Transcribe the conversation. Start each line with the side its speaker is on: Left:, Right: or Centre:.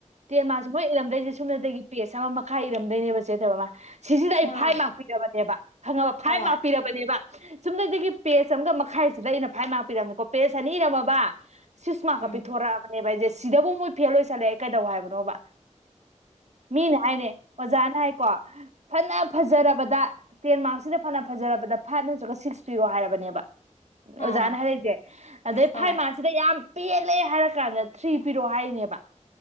Right: ꯇꯦꯟ ꯃꯥꯁꯦ ꯃꯣꯏ ꯏꯔꯝꯗꯣꯏꯁꯦ ꯁꯣꯨꯝꯅꯗꯒꯤ ꯄꯦꯁ ꯑꯃ ꯃꯈꯥ ꯏꯔꯝꯗꯣꯏꯅꯦꯕ ꯆꯦꯗꯕ ꯃꯥ ꯁꯤꯁꯤꯗ ꯑꯩ
Left: ꯃꯥꯅꯦ
Right: ꯐꯥꯏꯚ ꯃꯥꯔꯛ ꯄꯤꯔꯕꯅꯦꯕ ꯈꯪꯉꯕ ꯐꯥꯏꯚ
Left: ꯍꯣꯏ
Right: ꯃꯥꯔꯛ ꯄꯤꯔꯕꯅꯦꯕ ꯁꯨꯝꯗꯒꯤ ꯄꯦꯖ ꯑꯃꯒ ꯃꯈꯥꯏꯁꯤꯗ ꯑꯩꯅ ꯐꯥꯏꯚ ꯃꯥꯔ ꯄꯤꯔꯝꯅꯤꯀꯣ ꯄꯦꯖ ꯑꯅꯤ ꯏꯔꯝꯃꯕ ꯁꯤꯛ
Left: ꯎꯝ
Right: ꯄꯤꯊꯣꯔꯛꯑꯕꯅꯦꯕ ꯑꯩꯁꯦ ꯁꯤꯗꯕꯨ ꯃꯣꯏ ꯐꯦꯜ ꯑꯣꯏꯁꯜꯂꯛꯦ ꯀꯩꯗꯧ ꯍꯥꯏꯕꯅꯣꯕ ꯃꯤꯅꯦ ꯍꯥꯏꯅꯦ ꯑꯣꯖꯥꯅ ꯍꯥꯏꯀꯣ ꯐꯅ ꯐꯖꯔꯕꯗ ꯇꯦꯟ ꯃꯥꯛꯁꯤꯗ ꯐꯅ ꯐꯖꯔꯕꯗ ꯐꯥꯏꯚ ꯅꯠꯇ꯭ꯔꯒ ꯁꯤꯛꯁ ꯄꯤꯔꯣ ꯍꯥꯏꯔꯕꯅꯦꯕ
Left: ꯑꯥ
Right: ꯑꯣꯖꯥꯅ ꯍꯥꯏꯔꯛꯏꯁꯦ ꯑꯗꯩ
Left: ꯍꯣꯏ
Right: ꯐꯥꯏ ꯃꯥꯁꯤꯗ ꯌꯥꯝ ꯄꯦꯟ ꯆꯠꯂꯦ ꯍꯥꯏꯔ ꯀꯥꯟꯗ ꯊ꯭ꯔꯤ ꯄꯤꯔꯛꯑꯣ ꯍꯥꯏꯅꯦꯕ